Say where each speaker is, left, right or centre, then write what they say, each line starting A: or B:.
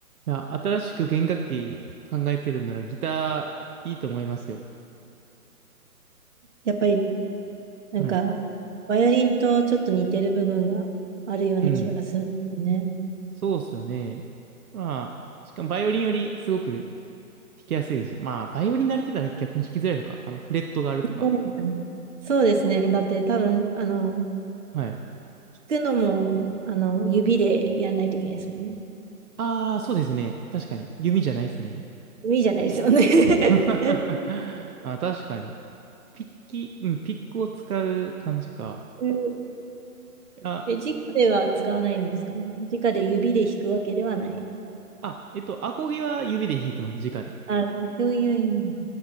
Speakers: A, on the right; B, on the right.
A: いや、新しく弦楽器考えてるんならギターいいと思いますよ。
B: やっぱり、なんか、
A: はい。
B: バイオリンとちょっと似てる部分があるような気がするんですよね。
A: うん。そうっすよね。まあ、しかもバイオリンよりすごく弾きやすいですし。まあ、バイオリン慣れてたら逆に弾きづらいのか。あの、フレットがあるとか。
B: そうなのかなそうですね。だって多分、あの、
A: はい。
B: 弾くのも、あの、指でやんないといけないですもんね。
A: ああ、そうですね。確かに。弓じゃないですね。
B: 指じゃないですよね。<laughs>
A: <laughs> あ、確かに。ピッキ、うん、ピックを使う感じか。
B: うん
A: あ、
B: え、直では使わないんですかね。直で指で弾くわけではない。
A: あ、えっと、アコギは指で弾いてます。直で。
B: あ、そういう意味。